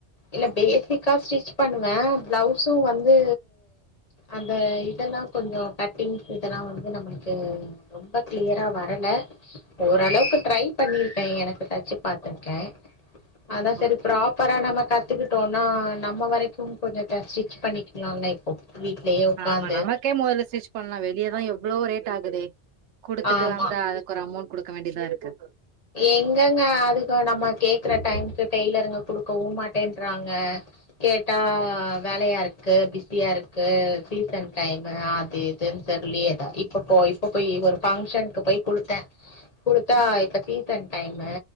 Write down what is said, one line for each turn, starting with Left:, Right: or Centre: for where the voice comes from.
Left: இல்ல பேசிக்கா ஸ்டிச் பண்ணுவே பிளவுஸு வந்து அந்த இதெல்லா கொஞ்சொ கட்டிங் இதெல்லா வந்து நம்ளுக்கு ரொம்ப கிளியரா வரல ஓரளவுக்கு ட்ரை பண்ணிருக்கே எனக்கு தச்சு பாத்துருக்கே அதா சரி
Right: ஓகே
Left: ப்ராப்பரா நம்ம கத்துக்கிட்டோனா நம்ம வரைக்கும் கொஞ்ச ஸ்டிச் பண்ணிக்கலா லைக் வீட்லயே உக்காந்து
Right: ஆமா நமக்கே மொதல்ல ஸ்டிச் பண்ணலா வெளியதா எவ்ளோ ரேட் ஆகுதே குடுத்துட்டு
Left: ஆமா
Right: வந்தா அதுக்கு ஒரு அமௌண்ட் குடுக்க வேண்டியதா இருக்கு
Left: எங்கங்க அதுக்கு நம்ம கேக்குற டைம்க்கு டெய்லருங்க குடுக்கவும் மாட்டேன்றாங்க கேட்டா வேலையா இருக்கு பிஸியா இருக்கு சீசன் டைமு அது இதுனு சொல்லி எதா இப்ப போய் இப்ப போயி ஒரு பங்ஷனுக்கு போய் குடுத்தே குடுத்தா
Right: ம்
Left: இப்ப சீசன் டைமு